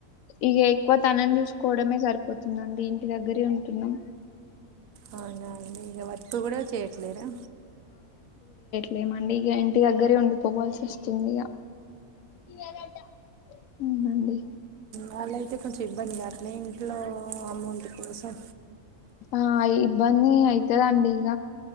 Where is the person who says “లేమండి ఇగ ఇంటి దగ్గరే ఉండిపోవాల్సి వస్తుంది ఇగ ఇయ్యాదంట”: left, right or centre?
Left